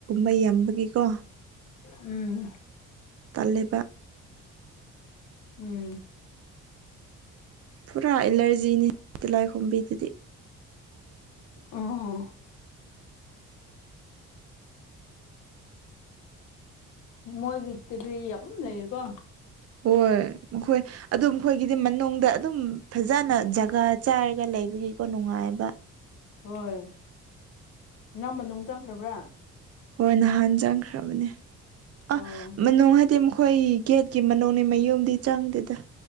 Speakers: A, on the right; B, on the left.
A: ꯃꯩꯌꯥꯝꯕꯒꯤꯀꯣ
B: ꯎꯝ
A: ꯇꯜꯂꯦꯕ
B: ꯎꯝ
A: ꯄꯨꯔꯥ ꯑꯦꯂꯔꯖꯤꯅꯤ ꯇꯤꯂꯥꯏ ꯈꯣꯝꯕꯤꯗꯨꯗꯤ
B: ꯑꯣ ꯃꯣꯏꯒꯤ ꯇꯤꯕꯤ ꯌꯥꯝ ꯂꯩꯌꯦꯀꯣ
A: ꯍꯣꯏ ꯃꯈꯣꯏ ꯑꯗꯨ ꯃꯈꯣꯏꯒꯤꯗꯤ ꯃꯅꯨꯡꯗ ꯑꯗꯨꯝ ꯐꯖꯅ ꯖꯒꯥ ꯆꯥꯔꯒ ꯂꯩꯕꯒꯤꯀꯣ ꯅꯨꯡꯉꯥꯏꯕ
B: ꯍꯣꯏ ꯅꯪ ꯃꯅꯨꯡ ꯆꯪꯈ꯭ꯔꯕ꯭ꯔꯥ
A: ꯍꯣꯏ ꯅꯍꯥꯟ ꯆꯪꯈ꯭ꯔꯕꯅꯦ ꯑꯥ
B: ꯑꯣ
A: ꯃꯅꯨꯡ ꯍꯥꯏꯗꯤ ꯃꯈꯣꯏ ꯒꯦꯠ ꯀꯤ ꯃꯅꯨꯡꯅꯦ ꯃꯌꯨꯝꯗꯤ ꯆꯥꯡꯗꯦꯗ